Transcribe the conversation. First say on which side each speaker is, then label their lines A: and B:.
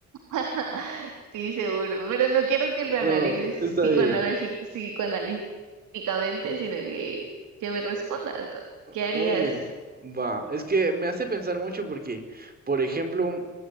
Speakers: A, on the right; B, on the right.
A: <laughs> Sí, seguro, pero no quiero que lo analices
B: No, está
A: psicoanalagi-
B: bien.
A: psicoanalíticamente, sino que, que me respondas. ¿no? ¿Qué harías?
B: Muy bien. Va. Es que me hace pensar mucho porque, por ejemplo,